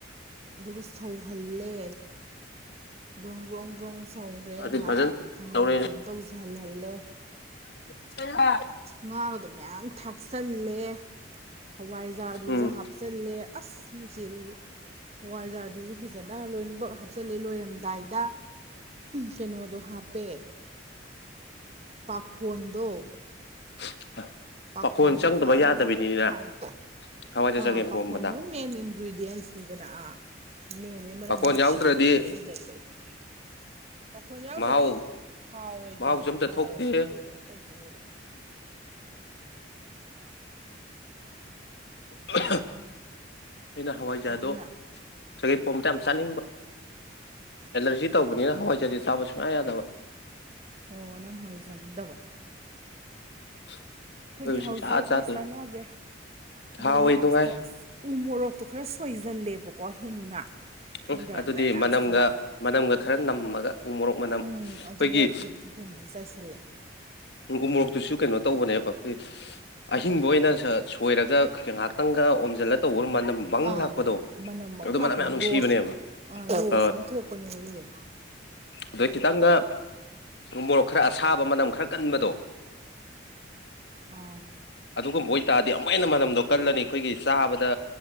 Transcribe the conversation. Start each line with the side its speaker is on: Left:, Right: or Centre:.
Right: ꯑꯗꯨꯒ ꯁꯧꯍꯜꯂꯦ ꯕ꯭ꯔꯣꯡ ꯕ꯭ꯔꯣꯡ ꯕ꯭ꯔꯣꯡ ꯁꯧꯔꯦ
Left: ꯑꯗꯨ
Right: ꯉꯥꯏꯍꯥꯛ
Left: ꯐꯖꯅ
Right: ꯀꯩꯅꯣ
Left: ꯇꯧꯔꯦ
Right: ꯇꯧꯁꯤꯍꯜꯍꯜꯂꯦ
Left: <unintelligible>
Right: ꯉꯥꯒꯗꯣ ꯃꯌꯥꯝ ꯊꯥꯛꯆꯜꯂꯦ ꯍꯋꯥꯏꯖꯥꯔꯗꯨꯁꯨ
Left: ꯎꯝ
Right: ꯍꯥꯞꯆꯤꯜꯂꯦ ꯑꯁ ꯏꯅꯨꯡꯆꯦꯗꯤ ꯍꯋꯥꯏꯖꯥꯔꯗꯨꯁꯨ ꯐꯖꯅ ꯂꯣꯏꯅꯃꯛ ꯍꯥ ꯍꯥꯞꯆꯜꯂꯦ ꯂꯣꯏꯔꯝꯗꯥꯏꯗ ꯀꯩꯅꯣꯗꯣ ꯍꯥꯞꯄꯦ ꯄꯥꯈꯣꯟꯗꯣ
Left: <unintelligible>
Right: ꯄꯥꯈꯣꯟꯗ
Left: ꯄꯥꯈꯣꯟ ꯆꯪꯗꯕ
Right: ꯐꯖꯅꯥ
Left: ꯌꯥꯗꯕꯤꯅꯤꯅ
Right: ꯊꯥ‍ꯛꯑꯦ
Left: ꯍꯋꯥꯏꯖꯥꯔ
Right: ꯑꯥ
Left: ꯆꯒꯦꯝ
Right: ꯄꯥꯈꯣꯟꯗꯨꯅ
Left: ꯄꯣꯝꯕꯗ
Right: ꯃꯦꯟ ꯏꯟꯒ꯭ꯔꯤꯗꯤꯌꯦꯟꯁꯅꯤꯗꯅ ꯑꯥ ꯃꯦꯟꯅꯦ ꯃꯅꯝ
Left: ꯄꯥꯈꯣꯟ
Right: ꯅꯨꯡꯁꯤꯕ
Left: ꯌꯥꯎꯗ꯭ꯔꯗꯤ
Right: ꯈꯣꯠꯄꯗꯤ ꯑꯗꯨꯗ ꯂꯣꯏ ꯐꯪꯉꯦ ꯄꯥꯈꯣꯟ ꯌꯥꯎꯗ꯭ꯔꯗꯤ
Left: ꯃꯍꯥꯎ
Right: ꯍꯥꯎꯔꯣꯏꯗꯣꯏꯅꯦꯕ
Left: ꯃꯍꯥꯎꯁꯨ ꯑꯝꯇ
Right: ꯍꯥꯎꯔꯁꯨ
Left: ꯊꯣꯛꯇꯦ
Right: ꯀꯩ ꯀꯩꯅꯣ ꯇꯧꯗ ꯑꯗꯨꯔ
Left: <unintelligible> ꯑꯩꯅ ꯍꯋꯥꯏꯖꯥꯔꯗꯣ
Right: ꯑꯗꯨꯅ
Left: ꯆꯒꯦꯝꯄꯣꯝꯕꯗꯣ ꯌꯥꯝ ꯆꯥꯅꯤꯡꯕ ꯑꯦꯂꯔꯖꯤ ꯇꯧꯕꯅꯤꯅ ꯍꯋꯥꯏꯖꯥꯔꯗꯤ ꯆꯥꯕ ꯁꯨꯡꯌꯥ ꯌꯥꯗꯕ
Right: ꯑꯣ ꯅꯪ ꯍꯋꯥꯏꯖꯥꯔ ꯆꯥꯅꯤꯡꯗꯕ
Left: <unintelligible>
Right: ꯑꯩꯈꯣꯏꯗꯤ
Left: ꯑꯩꯈꯣꯏꯕꯨ
Right: ꯍꯥꯎꯖꯈ꯭ꯔꯦ
Left: ꯁꯨꯡꯆꯥ ꯆꯥꯗꯦ
Right: ꯆꯥꯟꯅꯈ꯭ꯔꯦ ꯑꯗꯨꯒ
Left: ꯍꯥꯎꯋꯦ
Right: ꯂꯥꯁꯇ
Left: ꯑꯗꯨꯉꯥꯏ
Right: ꯎ ꯃꯣꯔꯣꯛꯇꯣ ꯁꯣꯏꯁꯤꯜꯂꯦꯕꯀꯣ ꯍꯤꯡꯅ ꯊꯥꯡꯗꯔꯝꯗꯥꯏ
Left: ꯎꯝ ꯑꯗꯨꯗꯤ
Right: ꯂꯥꯁꯇꯨꯗ
Left: ꯃꯅꯝꯒ ꯃꯅꯝꯒ ꯈꯔ ꯅꯝꯃꯒ ꯎ ꯃꯣꯔꯣꯛ ꯃꯅꯝ
Right: ꯎꯝ
Left: ꯑꯩꯈꯣꯏꯒꯤ
Right: ꯑꯗꯨꯒ ꯐꯗꯤꯒꯣꯝ ꯆꯥꯏꯁꯜꯂꯦ
Left: ꯎꯃꯣꯔꯣꯛꯇꯨꯁꯨ ꯀꯩꯅꯣ ꯇꯧꯕꯅꯦꯕ ꯑꯩꯈꯣꯏ ꯑꯍꯤꯡꯕ ꯑꯣꯏꯅ ꯁꯣꯏꯔꯒ ꯉꯥꯏꯍꯥꯛꯇꯪꯒ ꯑꯣꯝꯖꯜꯂꯥꯒ ꯃꯅꯝ ꯕꯪ
Right: ꯑꯥ
Left: ꯂꯥꯛꯄꯗꯣ
Right: ꯃꯅꯝ ꯃꯪ
Left: ꯑꯗꯨ
Right: ꯂꯥꯛꯄꯅꯦ
Left: ꯃꯅꯝ ꯌꯥꯝꯌꯥꯝ ꯅꯨꯡꯁꯤ
Right: ꯔꯣꯁꯇꯣ
Left: ꯕꯥꯗꯣ ꯊꯤꯕꯅꯦꯕ
Right: ꯑꯥ ꯔꯣꯁ
Left: ꯟꯥ
Right: ꯑꯃ ꯊꯣꯛꯄꯅꯦꯕ ꯑꯗꯨꯗꯣ
Left: ꯑꯗꯩ ꯈꯤꯇꯪꯒ ꯃꯣꯔꯣꯛ ꯈꯔ ꯑꯁꯥꯕ ꯃꯅꯝ ꯈꯔ ꯀꯟꯕꯗꯣ
Right: ꯑꯥ
Left: ꯑꯗꯨꯒꯨꯝꯕ ꯑꯣꯏꯇꯥꯔꯗꯤ ꯑꯃꯨꯛ ꯍꯦꯟꯅ ꯃꯥꯅꯝꯗꯣ ꯀꯜꯂꯅꯤ ꯑꯩꯈꯣꯏꯒꯤ ꯆꯥꯕꯗ